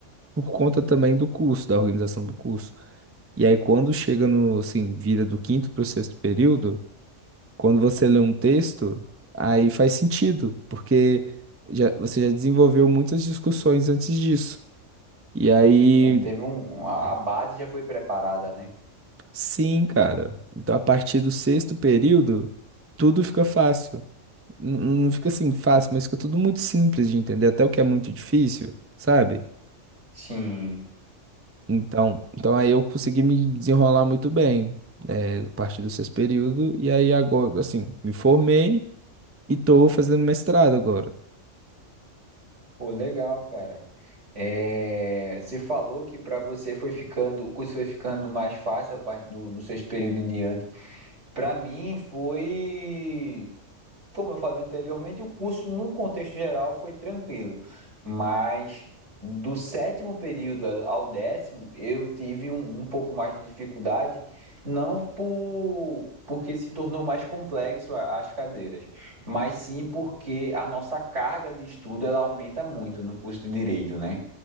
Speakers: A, on the right; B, on the right.
A: por conta também do curso, da organização do curso. E aí quando chega no, assim, vira do quinto para o sexto período, quando você lê um texto, aí faz sentido, porque já, você já desenvolveu muitas discussões antes disso. E aí,
B: Já teve um, a a base já foi preparada, né?
A: sim, cara. Então a partir do sexto período, tudo fica fácil. N- Não fica assim fácil, mas fica tudo muito simples de entender, até o que é muito difícil, sabe?
B: Sim.
A: Então, então aí eu consegui me desenrolar muito bem, eh, a partir do sexto período, e aí agora, assim, me formei e tô fazendo mestrado agora.
B: Pô, legal, cara. É, você falou que para você foi ficando, o curso foi ficando mais fácil a partir do, do sexto período em diante. Para mim foi como eu falei anteriormente, o curso, num contexto geral, foi tranquilo. Mas do sétimo período ao décimo, eu tive um, um pouco mais de dificuldade, não por, porque se tornou mais complexo a- as cadeiras, mas sim porque a nossa carga de estudo ela aumenta muito no curso de direito, né?